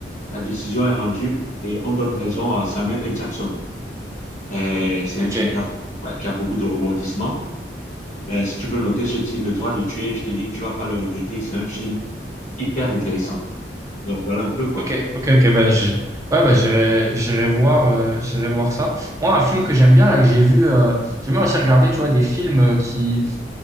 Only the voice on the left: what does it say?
la décision est rendue et on donne raison à Samuel L. Jackson. Euh, C'est
un film qui a, beaucoup- ouais, qui a beaucoup de rebondissements. Euh, si tu peux noter ce titre, Le droit de tuer, je te dis que tu vas pas le regretter. C'est un film hyper intéressant. Donc voilà un peu quoi.